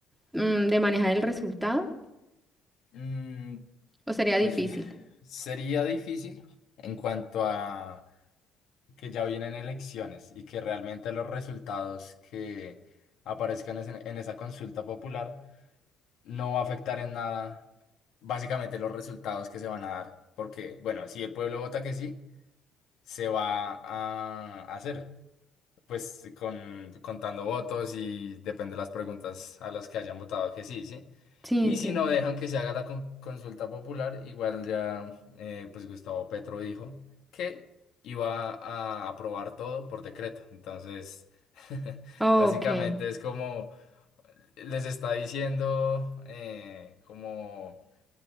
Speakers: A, in the centre; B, on the left.
A: mm, de manejar el resultado?
B: Mm,
A: ¿O sería
B: pues
A: difícil?
B: fí- sería difícil en cuanto a que ya vienen elecciones y que realmente los resultados que aparezcan es- en, esa consulta popular no va a afectar en nada básicamente los resultados que se van a dar. Porque, bueno, si el pueblo vota que sí. se va a hacer, pues con, contando votos y depende de las preguntas a las que hayan votado que sí, ¿sí?
A: Sí,
B: Y
A: entiendo.
B: si no dejan que se haga la con- consulta popular, igual ya, eh, pues Gustavo Petro dijo que iba a aprobar todo por decreto. Entonces, <laughs>
A: Ok,
B: básicamente es como les está diciendo, eh, como